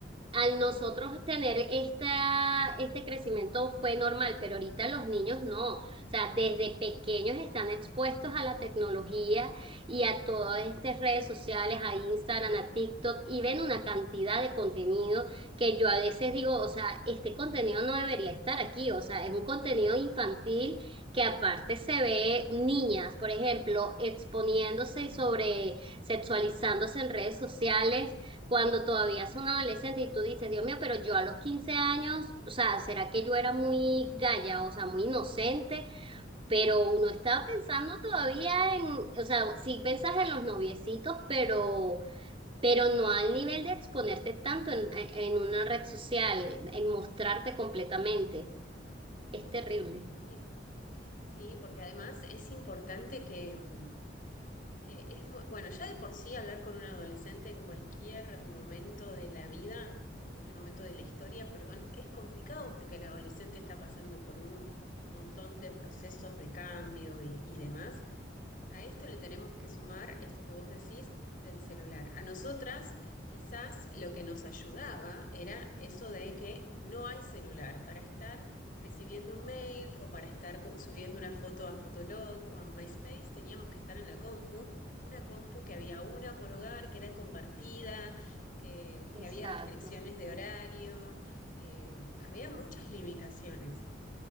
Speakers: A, on the right (about 30°); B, on the left (about 50°).
A: al nosotros tener esta, este crecimiento fue normal, pero ahorita los niños no. O sea, desde pequeños están expuestos a la tecnología y a todas estas redes sociales, a Instagram, a TikTok, y ven una cantidad de contenido que yo a veces digo, o sea, este contenido no debería estar aquí, o sea, es un contenido infantil que aparte se ve niñas, por ejemplo, exponiéndose y sobre sexualizándose en redes sociales cuando todavía es un adolescente y tú dices, Dios mío, pero yo a los 15 años, o sea, ¿será que yo era muy galla, o sea, muy inocente? Pero uno está pensando todavía en, o sea, sí pensas en los noviecitos, pero, pero no al nivel de exponerte tanto en, en una red social, en mostrarte completamente. Es terrible.
B: Sí, sí, porque además es importante que, mm, que es muy, bueno, ya de por sí hablar con un adolescente en cualquier momento de la vida, en cualquier momento de la historia, perdón, es complicado porque el adolescente está pasando por un montón de procesos de cambio y, y demás. A esto le tenemos que sumar esto que vos decís del celular. A nosotras quizás lo que nos ayudaba era eso de que no hay celular para estar recibiendo un mail o para estar co- subiendo una foto a Fotolog o a MySpace, teníamos que estar en la compu, una compu que había una por hogar, que era compartida, que, que
A: Exacto.
B: había restricciones de horario, eh, había muchas limitaciones.